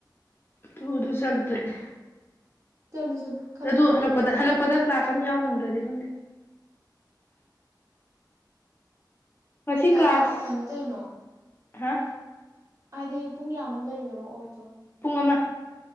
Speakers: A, on the left (about 30°); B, on the right (about 40°).
A: ꯇꯨ ꯑꯗꯨ ꯆꯠ ꯇꯣꯢꯅꯤ
B: ꯆꯂꯨ ꯆꯂꯨ
A: ꯑꯗꯨ ꯍꯜꯂꯛꯄꯗ ꯍꯜꯂꯛꯄꯗ ꯀ꯭ꯂꯥꯁ ꯑꯃ ꯌꯥꯎ ꯅꯪꯗ꯭ꯔꯗꯤ ꯈꯪꯗꯦ ꯉꯁꯤ
B: ꯀꯌꯥ
A: ꯀ꯭ꯂꯥꯁ
B: ꯀꯩꯅꯣ ꯇꯧꯔꯤꯅꯣ
A: ꯍꯥ
B: ꯍꯥꯏꯗꯤ ꯄꯨꯡ ꯀꯌꯥꯃꯨꯛ ꯂꯩꯅꯣꯕ ꯑꯣꯞꯇꯣ
A: ꯄꯨꯡ ꯑꯃ